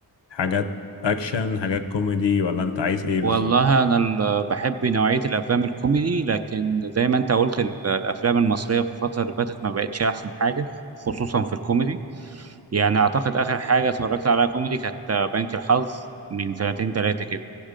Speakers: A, on the left (about 80°); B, on the right (about 40°).
A: حاجات أكشن حاجات كوميدي ولا أنت عايز إيه
B: والله
A: بالظبط؟
B: انا ال- بحب نوعيه الافلام الكوميدي لكن زي ما انت قلت ال- الافلام المصريه في الفتره اللي فاتت ما بقتش احسن حاجه خصوصا في الكوميدي يعني اعتقد اخر حاجه اتفرجت عليها كوميدي كانت آه، بنك الحظ من سنتين ثلاثه كده